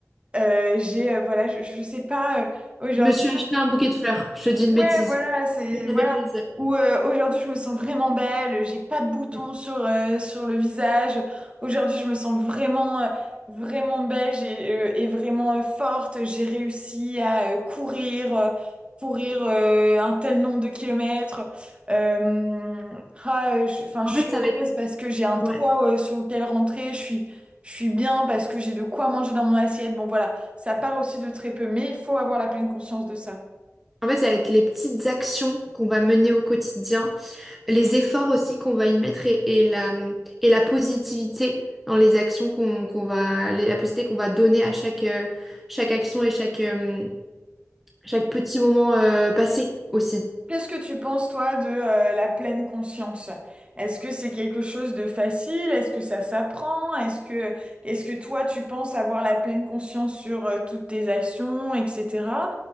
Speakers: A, on the right (about 20°); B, in the centre.
A: euh, j'ai, euh, voilà, je, je sais pas, euh, aujourd'hui,
B: Je me suis acheté un bouquet de fleurs. Je te dis une
A: Ouais,
B: bêtise.
A: voilà, c'est
B: Mais
A: voilà.
B: ça fait plaisir.
A: Ou euh, aujourd'hui je me sens vraiment belle, j'ai pas de boutons
B: Mm.
A: sur euh, sur le visage. Aujourd'hui je me sens vraiment euh, vraiment belle j'ai, euh, et vraiment euh, forte. J'ai réussi à euh, courir euh, courir euh, un tel nombre de kilomètres. Euh, ah, euh, je, enfin je
B: En
A: suis
B: fait, ça
A: heureuse
B: va être,
A: parce que j'ai un toit
B: ouais.
A: euh, sur lequel rentrer. Je suis je suis bien parce que j'ai de quoi manger dans mon assiette. Bon voilà, ça part aussi de très peu, mais il faut avoir la pleine conscience de ça.
B: En fait, ça va être les petites actions qu'on va mener au quotidien les efforts aussi qu'on va y mettre et, et la, et la positivité dans les actions qu'on qu'on va, les- la positivité qu'on va donner à chaque, euh, chaque action et chaque, euh, chaque petit moment euh, passé aussi.
A: Qu'est-ce que tu penses, toi, de euh, la pleine conscience? Est-ce que c'est quelque chose de facile? Est-ce que ça s'apprend? Est-ce que, est-ce que toi, tu penses avoir la pleine conscience sur euh, toutes tes actions, etc.